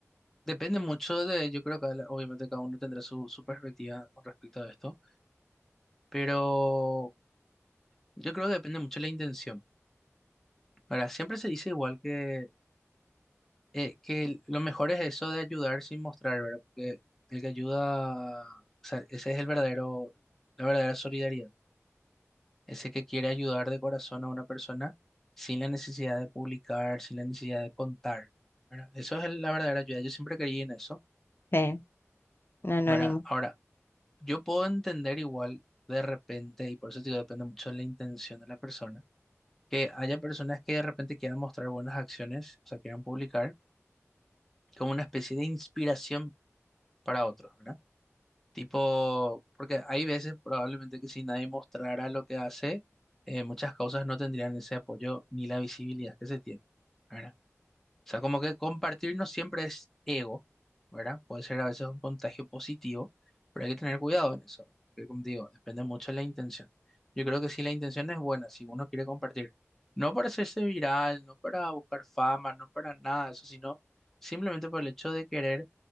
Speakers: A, in the centre; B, on the left.
A: depende mucho de, yo creo que cada- obviamente cada uno tendrá su, su perspectiva con respecto a esto, pero... Yo creo que depende mucho de la intención. Ahora, siempre se dice igual que, eh, que el- lo mejor es eso de ayudar sin mostrar, ¿verdad? Porque el que ayuda, o sea, ese es el verdadero, la verdadera solidaridad. Ese que quiere ayudar de corazón a una persona sin la necesidad de publicar, sin la necesidad de contar, ¿verdad? Eso es el- la verdadera ayuda. Yo siempre creí en eso,
B: Sí, en anónimo.
A: ¿verdad? Ahora, yo puedo entender igual de repente, y por eso te digo, depende mucho de la intención de la persona que haya personas que de repente quieran mostrar buenas acciones, o sea, quieran publicar como una especie de inspiración para otros, ¿verdad? Tipo, porque hay veces probablemente que si nadie mostrara lo que hace, eh, muchas causas no tendrían ese apoyo ni la visibilidad que se tiene, ¿verdad? O sea, como que compartir no siempre es ego, ¿verdad? Puede ser a veces un contagio positivo, pero hay que tener cuidado en eso. Que como te digo, depende mucho de la intención. Yo creo que si la intención es buena, si uno quiere compartir, no para hacerse viral, no para buscar fama, no para nada de eso, sino simplemente por el hecho de querer